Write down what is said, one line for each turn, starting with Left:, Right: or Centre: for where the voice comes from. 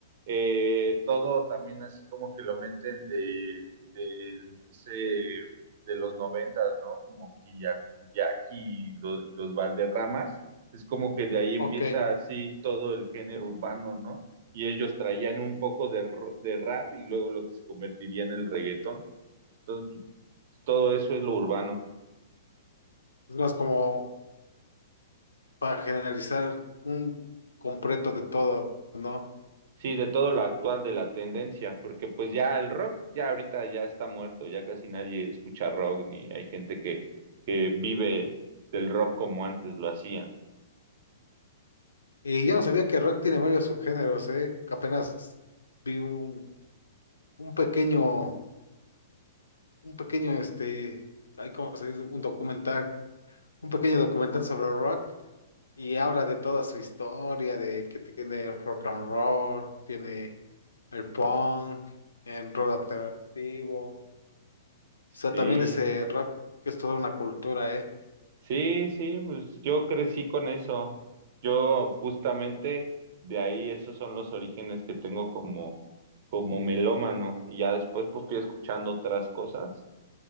Right: eh, todo también así como que lo meten de, de ese de los noventas, ¿no? Como Kiyakuyaki y los, y los Valderramas, es como que de ahí empieza
Left: Ok, es
Right: así todo el género urbano, ¿no? y ellos traían un poco de, de rap y luego lo que se convertiría en el reggaetón. Entonces, todo eso es lo urbano.
Left: más como para generalizar un completo de todo, ¿no?
Right: Sí, de todo lo actual de la tendencia, porque pues ya el rock ya ahorita ya está muerto, ya casi nadie escucha rock ni hay gente que, que vive del rock como antes lo hacían.
Left: Y yo no sabía que rock tiene varios subgéneros, ¿eh? Que apenas vi un, un pequeño, un pequeño, este, ahí cómo se dice, un documental, un pequeño documental sobre rock Y habla de toda su historia, de que tiene rock and roll, tiene el punk, el rock alternativo. O sea,
Right: Sí.
Left: también ese rock que es toda una cultura, ¿eh?
Right: Sí, sí, pues yo crecí con eso. Yo justamente de ahí esos son los orígenes que tengo como, como melómano. Y ya después pues fui escuchando otras cosas